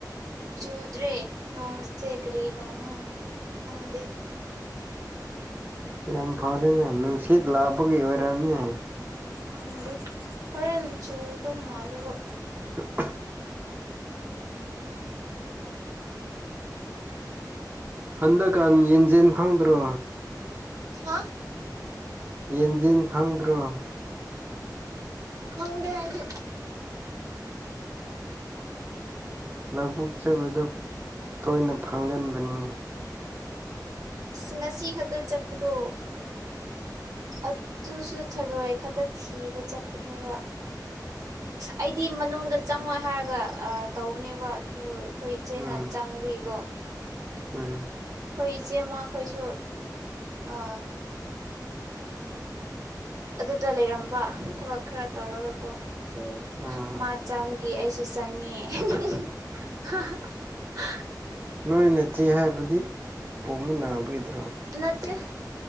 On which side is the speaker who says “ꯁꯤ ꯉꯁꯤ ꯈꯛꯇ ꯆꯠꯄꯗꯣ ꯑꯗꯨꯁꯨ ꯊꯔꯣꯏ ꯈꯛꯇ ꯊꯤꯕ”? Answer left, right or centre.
Right